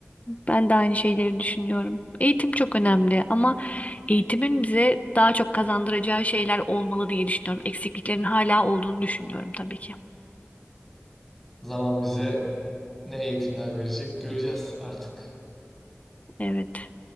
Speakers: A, on the left; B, in the centre.
A: Ben de aynı şeyleri düşünüyorum. Eğitim çok önemli ama eğitimin bize daha çok kazandıracağı şeyler olmalı diye düşünüyorum. Eksikliklerin hala olduğunu düşünüyorum tabii ki.
B: Zaman bize ne eğitimler verecek göreceğiz artık.
A: Evet.